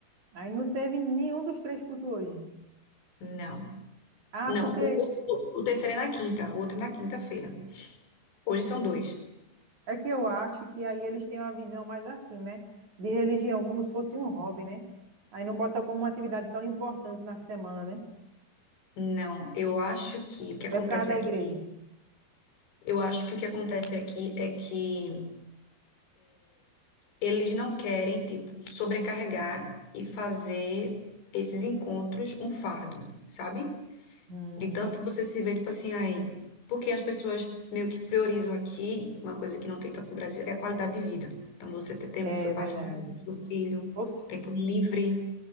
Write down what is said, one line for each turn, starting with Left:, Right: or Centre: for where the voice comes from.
Right: Aí não teve nenhum dos três cultos hoje.
Left: Não.
Right: Ah,
Left: Não,
Right: porque
Left: o, o, o terceiro é na quinta, o outro é na quinta-feira. Hoje são dois.
Right: é que eu acho que aí eles têm uma visão mais assim, né? De religião, como se fosse um hobby, né? Aí não bota como uma atividade tão importante na semana, né?
Left: Não, eu acho que o que acontece
Right: É por causa da
Left: aqui,
Right: igreja.
Left: eu acho que o que acontece aqui é que eles não querem, tipo, sobrecarregar e fazer esses encontros um fardo, sabe?
Right: Hum,
Left: De tanto você se vê, tipo assim, aí. Porque as pessoas meio que priorizam aqui, uma coisa que não tem tanto no Brasil, é a qualidade de vida. Então, você ter tempo
Right: é
Left: com seu parceiro,
Right: verdade.
Left: com seu filho,
Right: Ou se-
Left: tempo livre.